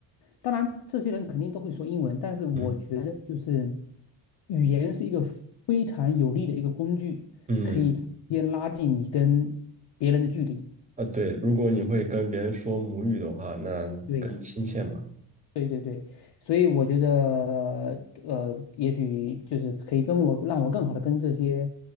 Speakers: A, on the left (about 75°); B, on the right (about 15°).
A: 当然，这些人肯定都会说英文，但是我觉得就是
B: 嗯
A: 语言是一个非常有利的一个工具，
B: 嗯
A: 先拉近你跟别人的距离。
B: 啊，对，如果你会跟别人说母语的话，那更亲切嘛。
A: 对，对对对，所以我觉得，呃，也许就是可以跟我让我更好的跟这些，